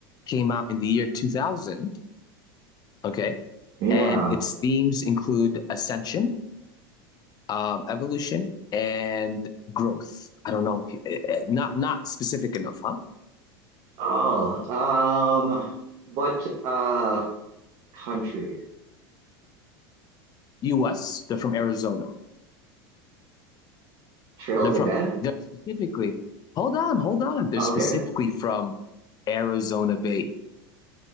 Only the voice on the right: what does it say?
Yeah.
Oh, um, what uh country?
Trail
of
the Dead?
Oh,
Okay.